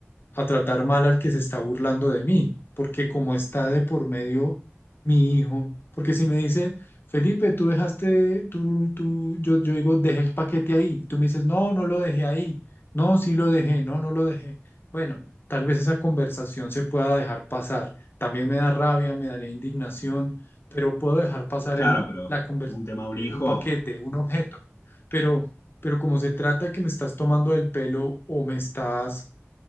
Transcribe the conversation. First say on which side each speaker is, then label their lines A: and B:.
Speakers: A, on the left; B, on the left.
A: a tratar mal al que se está burlando de mí, porque como está de por medio mi hijo, porque si me dice, Felipe, tú dejaste, tú, tú, yo, yo digo, dejé el paquete ahí, y tú me dices, no, no lo dejé ahí, no, sí lo dejé, no, no lo dejé. Bueno, tal vez esa conversación se pueda dejar pasar. También me da rabia, me daría indignación, pero puedo dejar pasar
B: Claro,
A: el,
B: pero
A: la conversación
B: un tema de un
A: de
B: hijo,
A: un paquete, un objeto, pero... Pero como se trata que me estás tomando del pelo o me estás